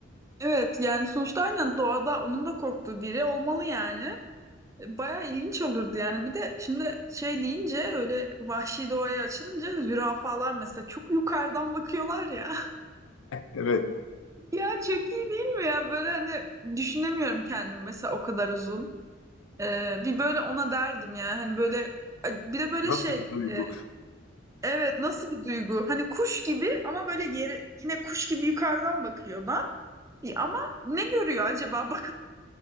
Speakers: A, on the right (about 15°); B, on the left (about 80°).
A: Evet yani sonuçta aynen doğada onun da korktuğu biri olmalı yani. Baya ilginç olurdu yani. Bir de şimdi şey deyince öyle vahşi doğaya açılınca zürafalar mesela çok yukarıdan bakıyorlar ya. <laughs>
B: Evet,
A: Ya çok iyi değil mi ya? Böyle hani düşünemiyorum kendimi mesela o kadar uzun. Ee, bir böyle ona derdim yani hani böyle bir de böyle
B: nasıl
A: şey
B: bir duygu?
A: e, evet nasıl bir duygu? Hani kuş gibi ama böyle yere yine kuş gibi yukarıdan bakıyor da. E, ama ne görüyor acaba? <laughs> Bak